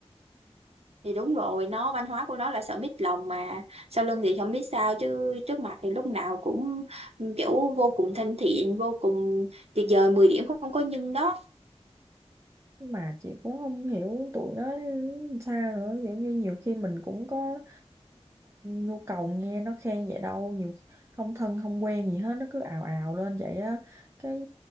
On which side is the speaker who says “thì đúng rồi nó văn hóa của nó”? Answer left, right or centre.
Right